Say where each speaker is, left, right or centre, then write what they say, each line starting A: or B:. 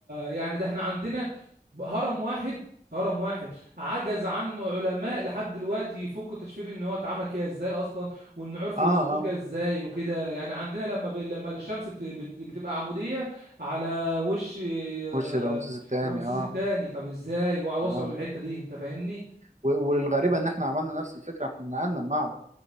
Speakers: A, on the right (about 75°); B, on the right (about 45°).
A: يعني ده احنا عندنا هرم واحد هرم واحد عجز عنه علماء لحد دلوقتي يفكوا تشفير ان هو اتعمل كده ازاي اصلا وان عرفوا
B: اه
A: يثبتوه
B: اه
A: كده ازاي وكده يعني عندنا لما ب... لما الشمس بت... بت... بتبقى عموديه على وش آه،
B: وش رمسيس الثاني
A: رمسيس
B: اه
A: الثاني طب ازاي وصلوا
B: اه
A: للحته دي انت فاهمني
B: و- والغريبه ان احنا عملنا نفس الفكره احنا نقلنا المعبد